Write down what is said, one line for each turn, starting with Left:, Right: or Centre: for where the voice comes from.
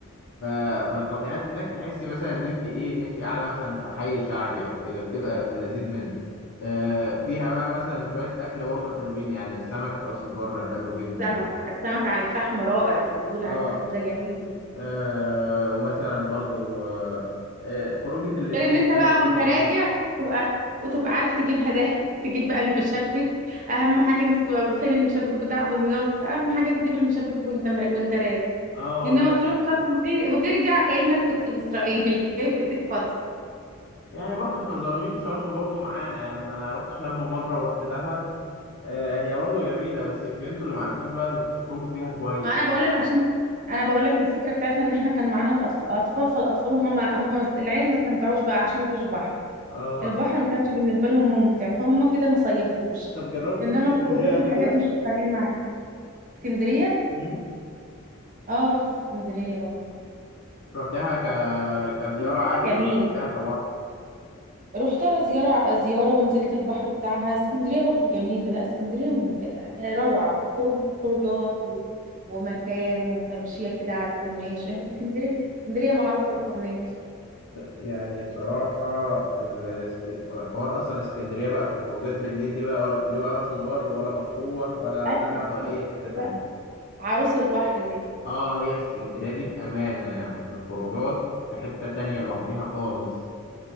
Left: ف... فالكافيهات هناك تحسي مثلا ان انت ايه ان انت قاعده مثلا في حي شعبي او كده بتبقى في اللذيذ منه آه، فيها بقى مثلا شويه اكل برضه حلوين يعني السمك في راس البر حلو جدا
Right: السمك السمك على الفحم رائع البوري
Left: اه
Right: على الفحم ده جميل
Left: آه ومثلا برضو آه آه خروجة اللسان
Right: غير ان انت
Left: دي
Right: بقى
Left: برضو
Right: وانت
Left: تبقى
Right: راجع
Left: حلوة
Right: تبقى وتبقى عارف تجيب هدايا <laughs> تجيب بقى المشبك اهم حاجه الناس تبقى فين المشبك بتاع دمياط اهم حاجه تجيب المشبك وانت مر... وانت راجع
Left: اه والله
Right: انما تروح شرم وت... وترجع كانك كنت في اسرائيل <laughs> جاي بايديك فاضيه
Left: يعني برضو احنا ظالمين شرم برضو معانا يعني انا رحت شرم مرة ورحت دهب آه هي برضو جميلة بس يمكن انتوا اللي معرفتوش بقى تخرجوا فيها كويس
Right: ما انا بقول لك عشان انا بقول لك الفكره بتاعتنا ان احنا كان معانا الاطفال اطفال فالاطفال هم ما... هم ما... العيال ما استمتعوش بقى عشان ما فيش بحر
Left: اه
Right: البحر ما كانش بالنسبة لهم ممتع فهم كده ما صيفوش
Left: طب جربت
Right: انما
Left: تروح اسكندرية
Right: الخروجات
Left: قبل
Right: والحاجات
Left: كده؟
Right: مش فارقين معايا اسكندرية
Left: مم؟
Right: اه رحت اسكندرية برضه
Left: رحتها ك... كزيارة
Right: اسكندرية
Left: عادي
Right: جميلة
Left: ولا رحتها كبحر؟
Right: رحتها زيارة زيارة ونزلت البحر بتاعها اسكندرية برضو جميلة لا اسكندرية ممتعة روعة خروج خروجات و- ومكان وتمشية كده على الكورنيش إيه اسكندرية اسكندرية معروفة الكورنيش
Left: يعني بصراحة ال- الحوار أصلا اسكندرية بقى في الخروجات بالليل دي بقى ولا ليه بقى راس البر ولا مطروح ولا
Right: ايوه
Left: دهب
Right: دي
Left: ولا أي
Right: اسكندرية
Left: حتة تانية
Right: بقى عروس البحر دي
Left: اه هي اسكندرية دي بأمانة يعني في الخروجات في حتة تانية لوحديها خالص